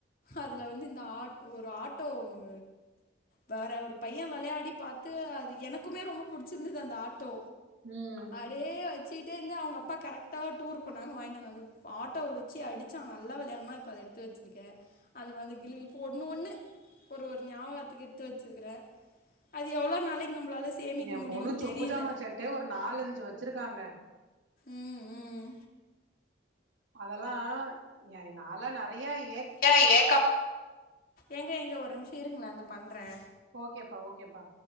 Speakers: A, on the left; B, on the right.
A: அதுல வந்து இந்த ஆட் ஒரு ஆட் ட்டோ ஒன்னு வேற ஒரு பைய வெளயாடி பாத்து அது எனக்குமே ரொம்ப புடிச் சிந்துது அந்த ஆட்டோ
B: ம்
A: அடே வச் வச்சுட்டே இருந்து அவுங்க அப்பா கரெக்டா டூர் போணாங்க வாங்கிட்டுந்த ஆட்டோவ வச்சு அடிச்சா அவங்க நல்ல விளாமா இப்ப அத எடுத்து வச்சிருக்கே அது வந்த கிழ ஒண்ணு ஒண்ணு ஒரு ஒரு ஞாபகாத்துக்கு எடுத்து வச்சுருக்கிற அது எவ்ளோ நாளைக்கு நம்பளால சேமிக்க
B: எ
A: முடியும்னு
B: பொண்ணு சொப்பு
A: தெரியல
B: ஜாம செட்டே ஒரு நாலஞ்சு வச்சுருக்காங்க
A: ம் ம்
B: அதெல்லா ய நாலா நெறைய இ
A: ஏ ஏக்கம் ஏங்க எங்க ஒரு நிமிஷ இருங்கள பண்ற
B: ஓகேபா ஓகேபா